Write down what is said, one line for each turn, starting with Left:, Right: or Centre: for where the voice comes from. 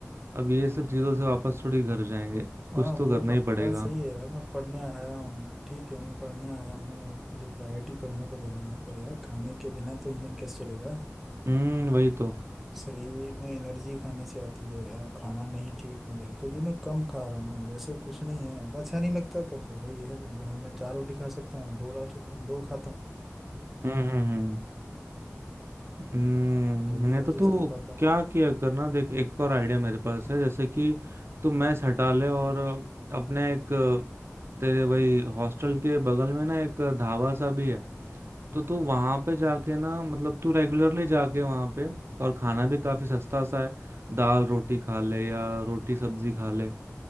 Right: अब ये सब चीजों से वापस थोड़ी घर जाएंगे कुछ
Centre: हाँ
Right: तो
Centre: वो
Right: करना
Centre: बा-
Right: ही पड़ेगा
Centre: बात सही है यार मैं पढ़ने आया हूँ ठीक है मैं पढ़ने आया हूँ और मुझे प्रायोरिटी पढ़ने पे देनी है पर यार खाने के बिना तो इंजन कैसे चलेगा
Right: हम्म वही तो
Centre: शरीर में एनर्जी खाने से आती है यार खाना नहीं ठीक मिले क्योंकि मैं कम खा रहा हूँ ना वैसे कुछ नहीं है अब अच्छा नहीं लगता तो फिर वही है जो हम- मैं चार रोटी खा सकता हूँ दो रात दो खाता हूँ
Right: हम्म हम्म हम्म हम्म
Centre: दो भी
Right: नहीं
Centre: जबरदस्ती
Right: तो तू
Centre: खाता हूँ
Right: क्या किया करना देख एक और आइडिया मेरे पास है जैसे कि तू मैस हटा ले और अ, अपने एक अ, तेरे भाई हॉस्टल के बगल में ना एक ढाबा सा भी है तो तू वहां पे जाके ना मतलब तू रेगुलरली जाके वहां पे और खाना भी काफी सस्ता सा है दाल रोटी खा ले या रोटी सब्जी खा ले